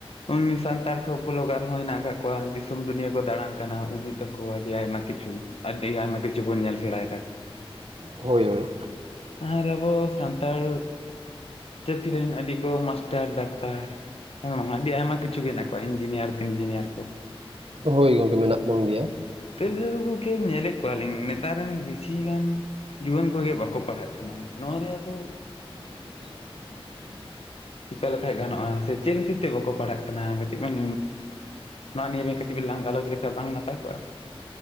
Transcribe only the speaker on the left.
ᱩᱱᱱᱤ ᱥᱟᱱᱛᱟᱲ ᱠᱚ ᱵᱞᱳᱜᱟᱨ ᱦᱚᱸ ᱦᱮᱱᱟᱜ ᱟᱠᱟᱜ ᱠᱚᱣᱟ᱾ ᱫᱤᱥᱚᱢ ᱫᱩᱱᱭᱟᱹᱣ ᱠᱚ ᱫᱟᱬᱟᱱ ᱠᱟᱱᱟ ᱩᱫᱩᱜ ᱫᱟᱠᱚ ᱟᱹᱰᱤ ᱟᱭᱢᱟ ᱠᱤᱪᱷᱩ ᱟᱹᱰᱤ ᱟᱭᱢᱟ ᱠᱤᱪᱷᱩ ᱵᱚᱱ ᱧᱮᱞ ᱥᱮᱲᱟᱭᱮᱫᱟ᱾
ᱟᱨ ᱟᱵᱳ ᱥᱟᱱᱛᱟᱲ ᱡᱟᱹᱛᱤ ᱨᱮᱱ ᱟᱹᱰᱤ ᱠᱚ ᱢᱟᱥᱴᱟᱨ ᱰᱟᱠᱛᱟᱨ᱾ <unintelligible> ᱟᱹᱰᱤ ᱟᱭᱢᱟ ᱠᱤᱪᱷᱩ ᱜᱮ ᱦᱮᱱᱟᱜ ᱠᱚᱣᱟ ᱤᱧᱡᱤᱱᱤᱭᱟᱨ ᱯᱷᱤᱧᱡᱤᱱᱤᱭᱟᱨ ᱠᱚ᱾
ᱛᱟᱹᱣ ᱨᱮᱦᱚ ᱜᱚᱝᱠᱮ ᱧᱮᱞᱮᱜ ᱠᱚᱣᱟᱞᱤᱧ ᱱᱮᱛᱟᱨ ᱨᱮᱱ ᱵᱮᱥᱤ ᱜᱟᱱ ᱡᱩᱣᱟᱹᱱ ᱠᱚᱜᱮ ᱵᱟᱠᱚ ᱯᱟᱲᱦᱟᱜ ᱠᱟᱱᱟ᱾ ᱱᱚᱣᱟ ᱨᱮᱭᱟᱜ ᱫᱚ
ᱪᱤᱠᱟᱞᱮᱠᱷᱟᱡ ᱜᱟᱱᱚᱜ-ᱟ, ᱥᱮ ᱪᱮᱫ ᱠᱷᱟᱹᱛᱤᱨ ᱛᱮ ᱵᱟᱠᱚ ᱯᱟᱲᱦᱟᱜ ᱠᱟᱱᱟ ᱠᱟᱹᱴᱤᱡ ᱵᱮᱱ ᱱᱚᱣᱟ ᱱᱤᱭᱟᱹ ᱜᱮ ᱠᱟᱹᱴᱤᱡ ᱵᱮᱱ ᱞᱟᱝ ᱜᱟᱞᱚᱪ ᱞᱮᱠᱷᱟᱡ ᱵᱟᱝ ᱱᱟᱯᱟᱭ ᱠᱚᱜ-ᱟ?